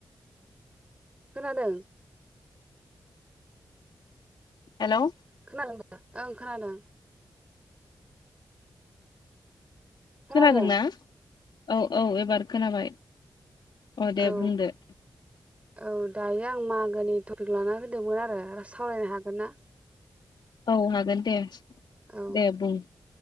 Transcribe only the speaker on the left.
हेलौ
खोनादोंना? औ औ एबार खोनाबाय अ दे
बुंदो।
औ हागोन दे।
दे बुं।